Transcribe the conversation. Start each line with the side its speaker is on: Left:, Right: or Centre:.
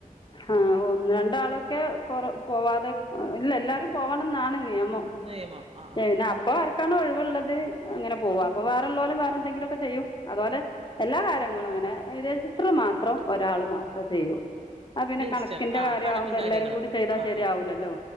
Left: ആഹ് ഒന്ന് രണ്ട് ആളോക്കെ കൊറ പോവാതെ ഇല്ല എല്ലാരും പോകണം എന്ന് ആണ്. നിയമം
Right: നിയമം ആ ആ
Left: പിന്നെ അപ്പോ ആർക്കാണോ ഒഴിവുള്ളത് അങ്ങനെ പോവാം. പോവാറ് ഉള്ളോല് വേറെ എന്തെകിലും ഒക്കെ ചെയ്യും അതുപോലെ എല്ലാ കാര്യങ്ങളും അങ്ങനെ രജിസ്റ്റർ മാത്രം ഒരാള് മാത്രേ ചെയ്യു. അത് പിന്നെ
Right: രജിസ്റ്റർ
Left: കണക്കിന്റെ
Right: ആ
Left: കാര്യം
Right: കണക്കും
Left: ആവുമ്പോ
Right: കാര്യങ്ങളും
Left: എല്ലാരും കൂടെ ചെയ്താ
Right: ആ
Left: ശെരി
Right: ആ
Left: ആവുല്ലല്ലോ